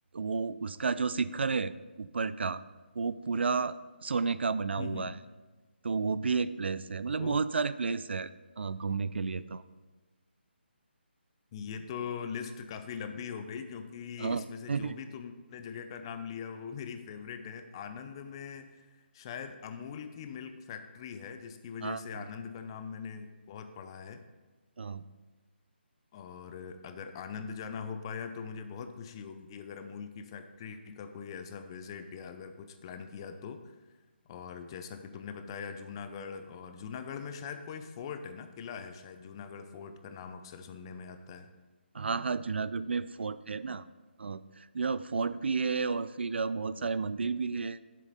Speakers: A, on the right (about 70°); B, on the left (about 25°).
A: वो उसका जो शिखर है ऊपर का वो पूरा सोने का बना
B: हम्म
A: हुआ
B: हम्म
A: है तो वो भी एक प्लेस है मतलब
B: ओह
A: बहुत सारे प्लेस है अ, घूमने के लिए तो
B: ये तो लिस्ट काफी लंबी हो गई क्योंकि
A: हाँ
B: इसमें
A: <laughs>
B: से
A: हाँ
B: जो भी तुमने जगह का नाम लिया वो मेरी फेवरेट है आनंद में शायद अमूल की मिल्क फैक्ट्री है जिसकी वजह
A: हाँ
B: से आनंद का नाम मैंने बहुत पढ़ा है
A: हाँ
B: और अगर आनंद जाना हो पाया तो मुझे बहुत खुशी होगी अगर अमूल की फैक्ट्री का कोई ऐसा विजिट या अगर कुछ प्लान किया तो और जैसा कि तुमने बताया जूनागढ़ और जूनागढ़ में शायद कोई फोर्ट है ना किला है शायद जूनागढ़ फोर्ट का नाम अक्सर सुनने में आता है
A: हाँ हाँ, जूनागढ़ में फोर्ट है ना हाँ जो फोर्ट भी है और फिर अ, बहुत सारे मंदिर भी है